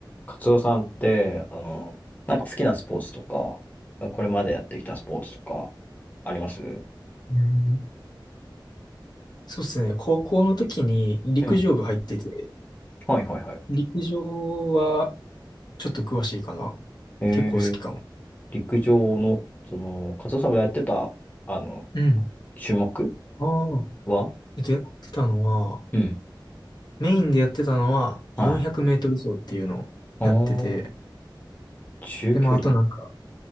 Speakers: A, on the left (about 20°); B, on the left (about 55°).
A: カツオさんって、あの、なんか好きなスポーツとか、これまでやってきたスポーツとかありますう
B: うん、そうですね。高校の時に陸上部入ってて、
A: ん。はいはいはい。
B: 陸上はちょっと詳しいかな。
A: えー、
B: 結構好きかも。
A: 陸上の、その、カツオさんがやってた、あの、
B: うん。
A: 種目
B: ああ。
A: は
B: えっと、やってたのは、
A: うん。
B: メインでやってたのは400メートル走っていうのをやってて、
A: はい。あー、中距離
B: で、まあ、あとなんか、